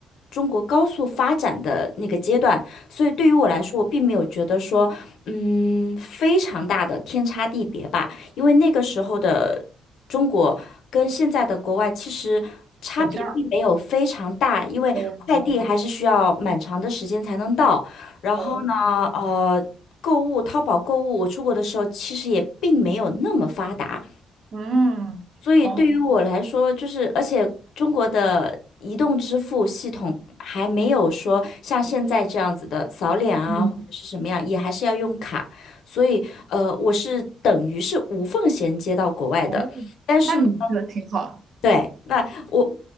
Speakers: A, on the left; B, on the right.
A: 中国高速发展的那个阶段，所以对于我来说，我并没有觉得说，嗯，非常大的天差地别吧。因为那个时候的中国跟现在的国外其实差别并没有非常大，
B: 等一下，
A: 因为快递还是需要蛮长的时间才能到。
B: 我也明白。
A: 然后呢，
B: 哦，
A: 呃，购物，淘宝购物，我出国的时候其实也并没有那么发达，
B: 嗯，
A: 所以对于我来说，
B: 哦，
A: 就是而且中国的移动支付系统还没有说像现在这样子的扫脸啊，
B: 嗯
A: 或者是什么样，也还是要用卡。所以呃，我是等于是无缝衔接到国外的，
B: 哦，
A: 但是呢。
B: 那你这个挺好。
A: 对，那我，